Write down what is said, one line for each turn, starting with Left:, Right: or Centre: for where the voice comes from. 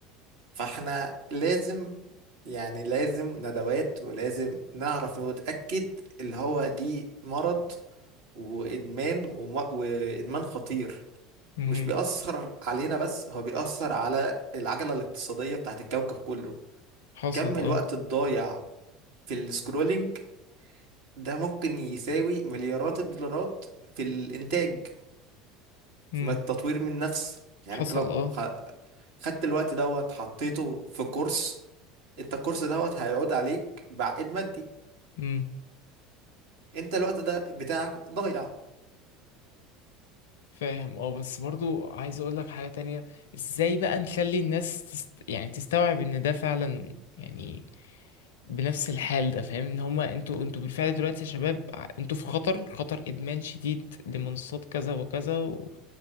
Right: فاحنا لازم يعني لازم ندوات ولازم نعرف ونتأكد اللي هو دي مرض وإدمان وم- وإدمان خطير
Left: مهم.
Right: مش بيأثر علينا بس هو بيأثر على العجلة الاقتصادية بتاعت الكوكب كله
Left: حصل
Right: كم الوقت
Left: اه
Right: الضايع في السكرولينج ده ممكن يساوي مليارات الدولارات في الإنتاج
Left: مم.
Right: في التطوير من نفس يعني
Left: حصل
Right: انت لو
Left: اه
Right: خ- خدت الوقت دوت حطيته في كورس انت الكورس دوت هيعود عليك بعائد مادي
Left: مم.
Right: انت الوقت ده بتاعك ضايع
Left: فاهم اه بس برضو عايز اقول لك حاجة تانية ازاي بقى نخلي الناس تست... يعني تستوعب ان ده فعلا يعني بنفس الحال ده فاهم ان هما انتوا انتوا بالفعل دلوقتي يا شباب ع- انتوا في خطر خطر ادمان شديد لمنصات كذا وكذا و...